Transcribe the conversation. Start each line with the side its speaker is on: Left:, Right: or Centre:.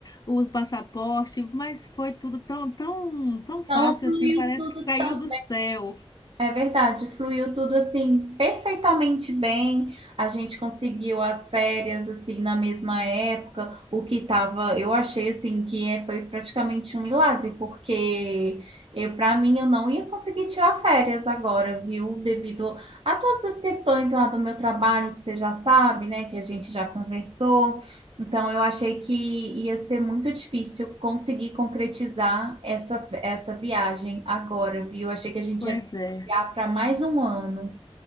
Left: o passaporte, mas foi tudo tão, tão, tão
Right: Então,
Left: fácil
Right: fluiu
Left: assim, parece
Right: tudo
Left: que caiu
Right: tão
Left: do céu.
Right: É verdade, fluiu tudo assim perfeitamente bem. A gente conseguiu as férias assim na mesma época, o que tava, eu achei assim que é, foi praticamente um milagre, porque eu para mim eu não ia conseguir tirar férias agora, viu? Devido a todas as questões lá do meu trabalho que você já sabe, né, que a gente já conversou. Então eu achei que ia ser muito difícil conseguir concretizar essa essa viagem agora, viu? Achei que a gente
Left: Pois
Right: ia
Left: é.
Right: adiar para mais um ano.